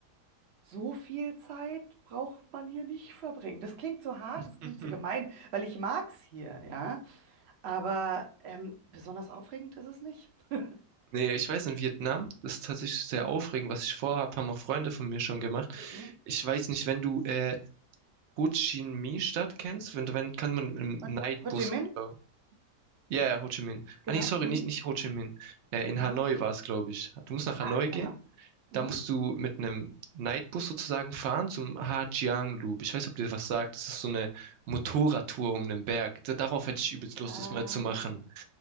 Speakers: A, on the right; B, on the right.
A: so viel Zeit braucht man hier nicht verbringen. Das klingt so hart,
B: <laughs>
A: das klingt
B: Mhm.
A: so gemein, weil ich mag's hier, ja. Aber ähm, besonders aufregend ist es nicht. <laughs>
B: Nee, ich weiß, in Vietnam, das ist tatsächlich sehr aufregend, was ich vorhab, haben auch Freunde von mir schon gemacht.
A: Mhm.
B: Ich weiß nicht, wenn du äh, Ho Chi Minh-Stadt kennst, wenn, wenn kann man im
A: Ho
B: Nightbus,
A: Ho Chi Minh?
B: glaub- ja, ja, Ho Chi Minh.
A: Genau.
B: Ah nee, sorry,
A: Mhm.
B: nicht, nicht Ho Chi Minh. Äh, in
A: Mhm.
B: Hanoi war es, glaube ich. Du musst nach
A: Ah,
B: Hanoi
A: genau.
B: gehen.
A: Mhm.
B: Da musst du mit einem Nightbus sozusagen fahren zum Hajiang Loop. Ich weiß, ob dir was sagt. Das ist so eine Motorradtour um den Berg. Da- Darauf hätte ich übelst Lust,
A: Ah.
B: das mal zu machen.